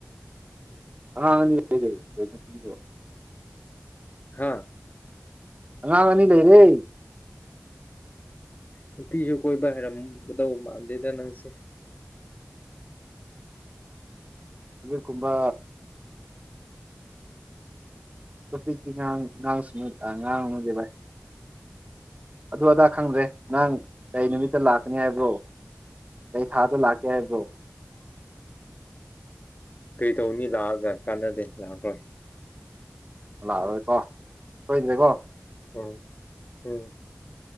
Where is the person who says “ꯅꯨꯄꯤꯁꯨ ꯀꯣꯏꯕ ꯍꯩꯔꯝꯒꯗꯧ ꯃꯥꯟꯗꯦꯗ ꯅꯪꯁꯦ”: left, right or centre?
Left